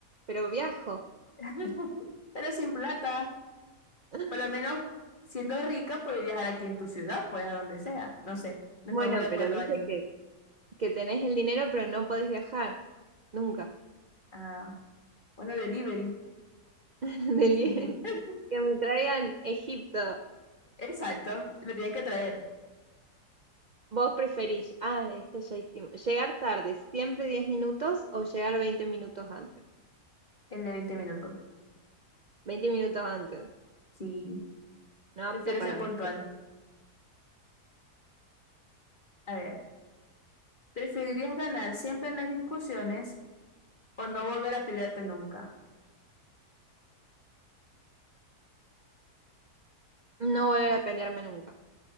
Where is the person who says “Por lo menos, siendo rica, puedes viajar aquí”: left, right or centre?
Left